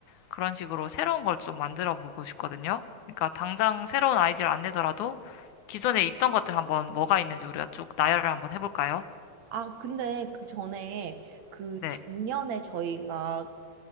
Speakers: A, on the left (about 90°); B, on the right (about 70°).
A: 그런 식으로 새로운 걸 좀 만들어 보고 싶거든요. 그러니까 당장 새로운 아이디어를 안 내더라도 기존에 있던 것들 한번 뭐가 있는지 우리가 쭉 나열을 한번 해볼까요?
B: 아, 근데 그 전에 그
A: 네.
B: 작년에 저희가